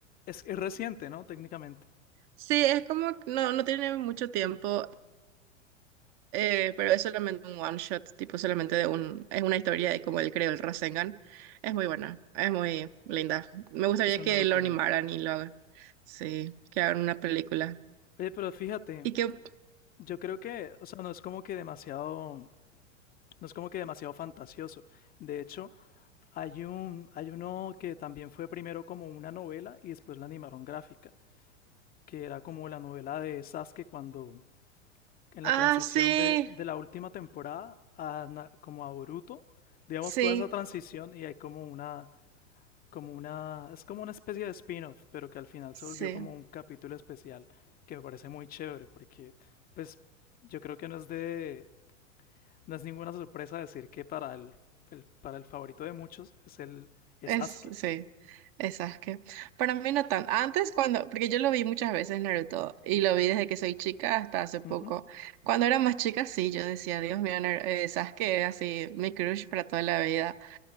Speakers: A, on the left (about 25°); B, on the right (about 40°).
A: Es, es reciente, ¿no? Técnicamente.
B: Sí, es como que no, no tiene mucho tiempo. Eh, pero es solamente un one shot, tipo solamente de un, es una historia de cómo él creó el Rasengan. Es muy buena, es muy linda. Me gustaría
A: Es una
B: que
A: locura.
B: lo animaran y lo hagan. Sí, que hagan una película.
A: Oye, pero fíjate,
B: Y que...
A: yo creo que, o sea, no es como que demasiado, no es como que demasiado fantasioso. De hecho, hay un, hay uno que también fue primero como una novela y después la animaron gráfica, que era como la novela de Sasuke cuando, en
B: Ah,
A: la transición
B: sí,
A: de, de la última temporada a, Na- como a Boruto, digamos
B: sí,
A: toda esa transición y hay como una como una, es como una especie de spin-off, pero que al final
B: sí,
A: se volvió como un capítulo especial, que me parece muy chévere, porque pues yo creo que no es de, no es ninguna sorpresa decir que para el, el- para el favorito de muchos es el, es
B: es,
A: Asuke.
B: sí, es Sasuke. Para mí no tan. Antes cuando, porque yo lo vi muchas veces Naruto y lo vi desde que soy chica hasta hace poco.
A: Ujú.
B: Cuando era más chica, sí, yo decía, Dios mío, Nar- eh, Sasuke es así, mi crush para toda la vida.